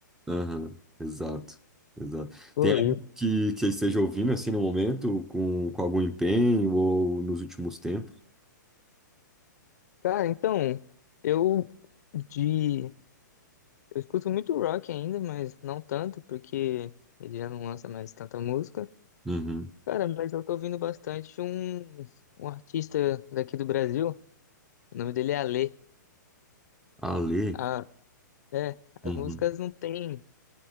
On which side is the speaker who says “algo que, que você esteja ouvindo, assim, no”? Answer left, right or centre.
Centre